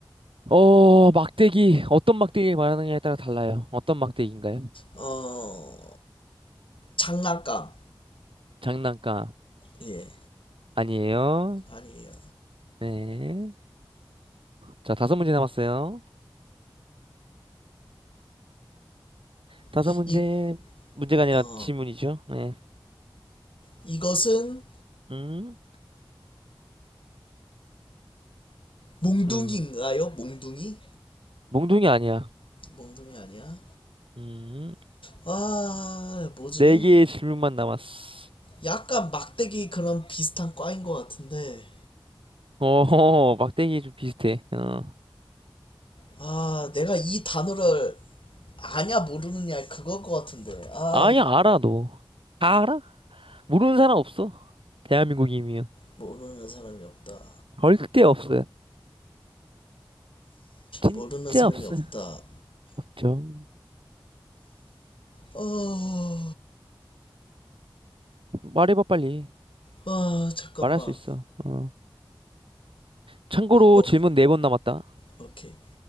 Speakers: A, on the right; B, on the left.
A: 어, 막대기. 어떤 막대기 말하느냐에 따라 달라요. 어떤 막대기인가요?
B: 어 장난감
A: 장난감
B: 예
A: 아니에요.
B: 아니에요
A: 네. 자, 다섯 문제 남았어요. 다섯
B: 이
A: 문제 문제가 아니라
B: 어
A: 질문이죠. 네.
B: 이것은
A: 음,
B: 몽둥이인가요?
A: 음.
B: 몽둥이
A: 몽둥이 아니야.
B: 몽둥이 아니야
A: 음.
B: 아 뭐지
A: 네 개의 질문만 남았어.
B: 약간 막대기 그런 비슷한 과인 것 같은데
A: 어, 막대기 좀 비슷해. 어.
B: 아, 내가 이 단어를 아냐 모르느냐 그걸 것 같은데. 아,
A: 아니, 알아, 너. 다 알아? 모르는 사람 없어. 대한민국이면.
B: 모르는 사람이 없다.
A: 절대 없어요. 진짜
B: 모르는 사람이
A: 없어요.
B: 없다.
A: 없죠.
B: 어,
A: 말해봐, 빨리.
B: 아, 잠깐만.
A: 말할 수 있어. 어. 참고로
B: 어,
A: 질문 네 번 남았다.
B: 오케이.